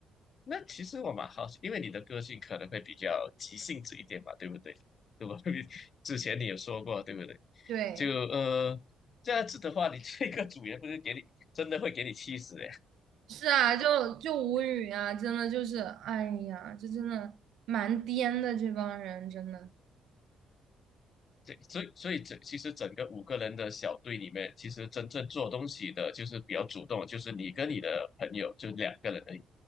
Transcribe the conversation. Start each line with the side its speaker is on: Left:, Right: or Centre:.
Left: 那其实我蛮好奇，因为你的个性可能会比较急性子一点吧，对不对？对吧？<laughs> 之前你有说过，对不对？
Right: 对。
Left: 就呃这样子的话，你这个组员不是给你真的会给你气死的。
Right: 是啊，就就无语啊，真的就是，哎呀，这真的蛮颠的，这帮人真的，
Left: 对，所以所以整其实整个五个人的小队里面，其实真正做东西的就是比较主动，就是你跟你的朋友就两个人而已，